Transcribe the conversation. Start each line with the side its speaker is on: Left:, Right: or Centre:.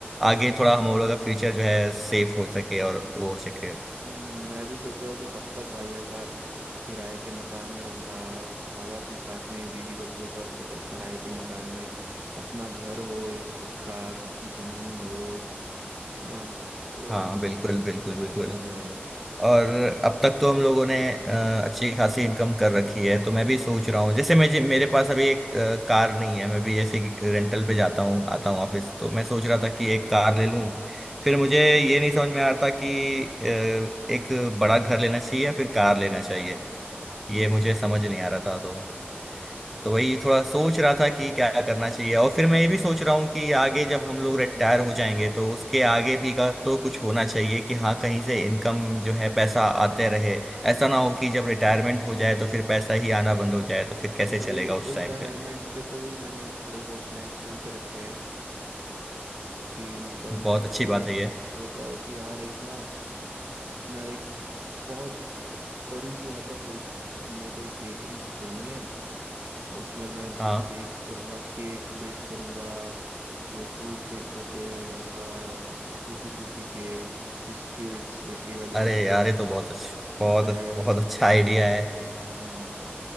Centre: आगे थोड़ा हम लोगों का फ्यूचर जो है सेफ हो सके और वो हो सके
Right: हम्म, मैं भी सोच रहा हूँ कि कब तक भाई ऐसा किराए के मकान में रहूंगा माँ बाप भी साथ में बीवी बच्चे सब मतलब किराए के मकान में अपना घर हो एक खुद का खुद की जमीन हो है ना तो
Centre: हाँ बिल्कुल बिल्कुल
Right: वैसा
Centre: बिल्कुल
Right: है
Centre: और अब तक तो हम लोगों ने अ, अच्छी खासी इनकम कर रखी है तो मैं भी सोच रहा हूँ जैसे मैं मेरे पास अभी एक अ, कार नहीं है मैं भी ऐसे ही रेंटल पे जाता हूँ आता हूँ ऑफिस तो मैं सोच रहा था कि एक कार ले लूँ फिर मुझे ये नहीं समझ में आ रहा था कि अ, एक बड़ा घर लेना चाहिए या फिर कार लेना चाहिए ये
Right: हम्म
Centre: मुझे समझ नहीं आ रहा था तो तो वही थोड़ा सोच रहा था कि क्या करना चाहिए और फिर मैं ये भी सोच रहा हूँ कि आगे जब हम लोग रिटायर हो जाएंगे तो उसके आगे भी का तो कुछ होना चाहिए कि हाँ कहीं से इनकम जो है पैसा आते रहे ऐसा ना हो कि जब रिटायरमेंट हो जाए तो फिर पैसा ही आना बंद हो जाए तो फिर कैसे
Right: भाई
Centre: चलेगा उस
Right: रिटायरमेंट
Centre: टाइम पे
Right: के तो भी मैंने थोड़े बहुत प्लान सोच रखे हैं कि मतलब
Centre: बहुत
Right: मैं
Centre: अच्छी
Right: तो
Centre: बात है ये
Right: सोचा हूँ कि यार एक ना अपना एक बहुत बड़ी सी मतलब एक मेरे को एक बेकरी खोलनी है उसमें मैं
Centre: हाँ
Right: बेक करूंगा केक बेक करूंगा जो फ्रूट केक्स होते हैं वैसा tutti frutti cakes biscuits bakery वाले
Centre: अरे
Right: बिस्किट्स
Centre: यार ये तो बहुत अच्छा बहुत
Right: ब्रेड्स
Centre: बहुत अच्छा आइडिया है
Right: हम्म